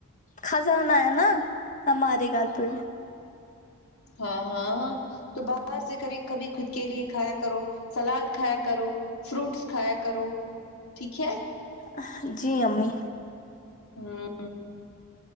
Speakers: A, on the left; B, on the left.
A: قزانہ ہے نا ہمارے گھر پہ
B: ہاں ہاں تو باہر سے کبھی کبھی خود کے لیے کھایا کرو سلاد کھایا کرو فروٹس کھایا کرو ٹھیک ہے
A: اںہ جی امی
B: ہاں